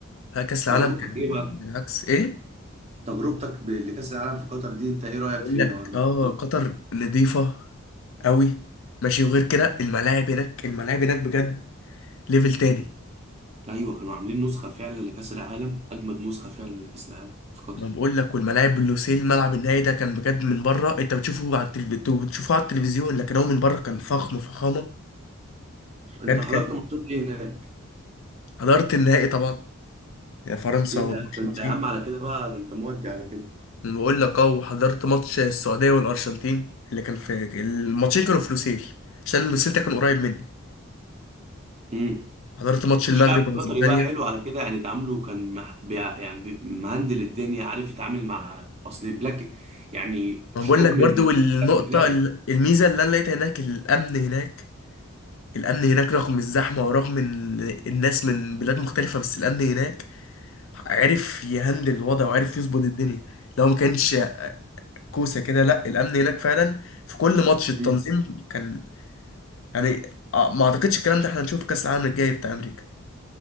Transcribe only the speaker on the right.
تجربتك
ايه بقى؟
تجربتك ب- لكأس العالم في قطر دي انت ايه رأيك
فيها
ولا
انبسطت؟
ايوه كانوا عاملين نسخه فعلا لكاس العالم اجمد نسخه فعلا لكاس العالم في قطر
انت
حضرت
ماتشات ايه هناك؟
يا
ده انت يا عم على كده بقى ده انت مودي على كده
امم
والشعب
القطري بقى حلو على كده يعني تعامله كان مح... بيع... يعني بي- مهندل الدنيا عارف يتعامل مع اصل البلاك يعني
شعوب
من
مختلف
البلاد
امم